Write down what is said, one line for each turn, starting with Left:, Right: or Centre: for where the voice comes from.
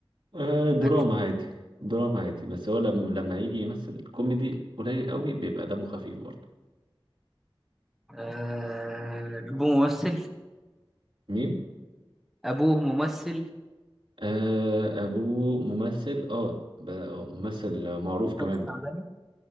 Right: آه، دراما
Centre: أكشن؟
Right: عادي دراما عادي بس هو لما لما يجي يمثل كوميدي قليل قوي بيبقى دمه خفيف برضه
Centre: آه أبوه ممثل
Right: مين
Centre: ابوه ممثل
Right: آه ابوه ممثل اه ب- آه، ممثل معروف كمان
Centre: بس تعبان